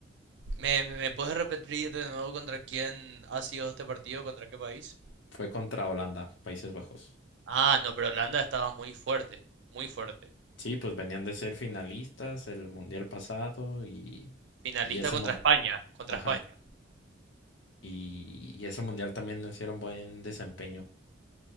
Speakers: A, on the right; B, on the left.
A: ¿Me, me, me puedes repetir de nuevo contra quién ha sido este partido? ¿Contra qué país?
B: Fue contra Holanda, Países Bajos.
A: Ah, no, pero Holanda estaba muy fuerte, muy fuerte.
B: Sí, pues venían de ser finalistas el mundial pasado y,
A: Finalista
B: y ese
A: contra
B: mon-
A: España, contra
B: ajá.
A: España.
B: Y, y ese mundial también no hicieron buen desempeño